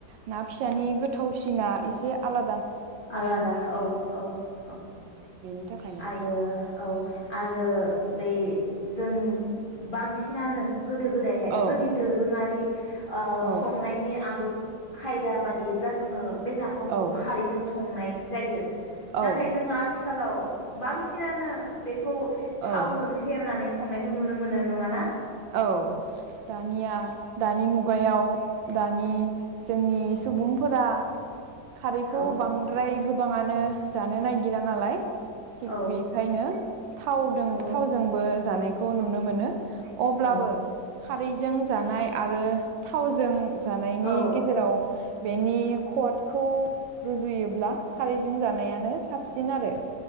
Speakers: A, on the right; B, on the left.
A: ना फिसानि गोथावसिना एसे आला
B: आलादा औ औ औ
A: बेनि थाखायनो
B: आरो औ आरो बै जों बांसिनानो गोदो गोदायहाय
A: औ
B: जोंनि दोरोङारि ओ
A: औ
B: संनायनि आदब खायदा बादियैब्ला जोंङो बे नाफामखौ
A: औ
B: खारैजों संनाय जायो नाथाय
A: औ
B: जोंङो आथिखालाव बांसिनानो बे खौ
A: औ
B: थावजों सेरनानै संनायखौ नुनो मोनो नङा ना?
A: औ दानिया दानि मुगायाव दानि जोंनि सुबुंफोरा खारैखौ
B: औ
A: बांद्राय गोबांङानो जानो नागिरा नालाय थिग
B: औ
A: बेखायनो थावदों
B: औ
A: थावजोंबो जानायखौ नुनो मोनो। अब्लाबो
B: औ
A: खारैजों जानाय आरो थावजों जानायनि
B: औ
A: गेजेराव बेनि खदखौ रुजुयोब्ला खारैजों जानायानो साबसिन आरो